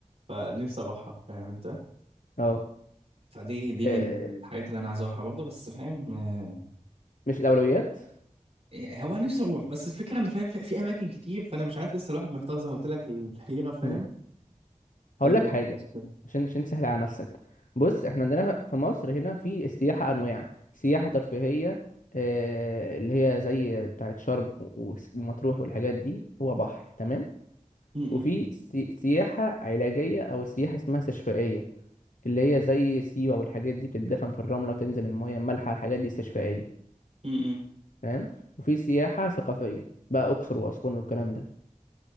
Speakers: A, on the right; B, on the left.
A: فنفسي اروحها فاهم انت
B: <laughs> اه
A: فدي دي
B: آه،
A: من الحاجات اللي انا عايز اروحها برضه بس فاهم آه،
B: مش الاولويات
A: إيه، هو أنا نفسي اروح بس الفكره ان فاهم في في اماكن كتير فانا مش عارف لسه الواحد محتار زي ما قلت لك الحيره فاهم
B: مم. هقول
A: آه
B: لك حاجه
A: بس كده
B: عشان عشان تسهل على نفسك بص احنا عندنا في مصر هنا في السياحه انواع سياحه ترفيهيه آه، اللي هي زي بتاعه شرم و- ومطروح والحاجات دي هو بحر تمام
A: م-
B: وفي
A: م-
B: سي- سياحه علاجيه او سياحه اسمها استشفائيه اللي هي زي سيوة والحاجات دي بتدفن في الرملة بتنزل المية المالحة الحاجات دي استشفائية
A: م- م.
B: فاهم وفي سياحة ثقافية بقى أقصر وأسوان والكلام ده